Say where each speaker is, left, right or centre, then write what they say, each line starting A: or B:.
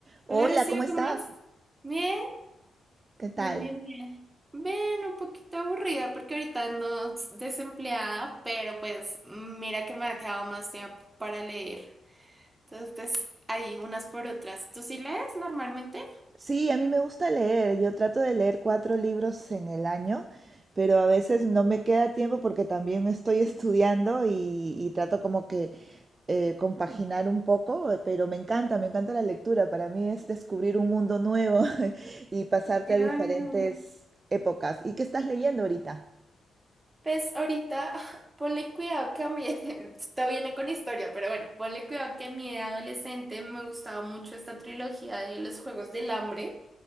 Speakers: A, on the right; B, on the right.
A: Hola,
B: Hola, Rocío,
A: ¿cómo estás?
B: ¿cómo vas? Bien,
A: ¿Qué tal?
B: bien, bien, bien. Bien, un poquito aburrida porque ahorita ando desempleada, pero pues mira que me ha quedado más tiempo para leer. Entonces, pues ahí, unas por otras. ¿Tú sí lees normalmente?
A: Sí, a mí me gusta leer. Yo trato de leer cuatro libros en el año, pero a veces no me queda tiempo porque también estoy <laughs> estudiando y, y trato como que eh, compaginar un poco, eh, pero me encanta, me encanta la lectura. Para mí es descubrir un mundo nuevo <laughs> y pasarte
B: Claro.
A: a diferentes épocas. ¿Y qué estás leyendo ahorita?
B: Pues ahorita, <laughs> ponle cuidado que a mí, <laughs> esto viene con historia, pero bueno, ponle cuidado que a mí de adolescente me gustaba mucho esta trilogía de los Juegos del Hambre.